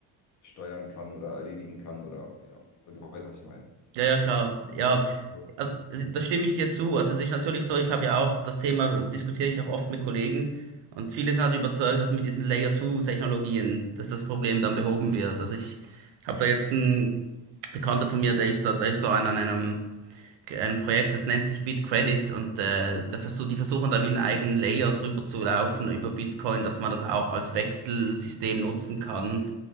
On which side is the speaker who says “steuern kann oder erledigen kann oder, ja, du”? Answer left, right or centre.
Left